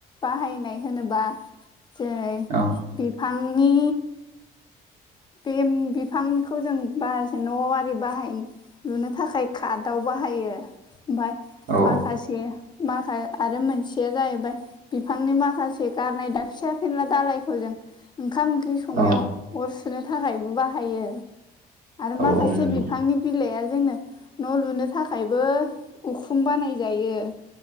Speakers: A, on the left (about 25°); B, on the right (about 55°).
A: बाहायनाय होनोबा जेरै
B: <inaudible>
A: बिफांनि बे बिफांखौ जों बाखासे न' आरि बाहायनो लुनो थाखाय कारटाव बाहायो ओमफ्राय
B: औ
A: माखासे माखा आरो मोनसेया जाहैबाय बिफांनि माखासे गारनाय दा फिसा फेनला दालायखौ जों ओंखाम ओं ओंख्रि संनायाव
B: औ
A: अर सुनो थाखायबो बाहायो आरो
B: औ
A: माखासे
B: औ नंगौ
A: बिफांनि बिलाइआ जोंनो न' लुनो थाखायबो उखुम बानायजायो।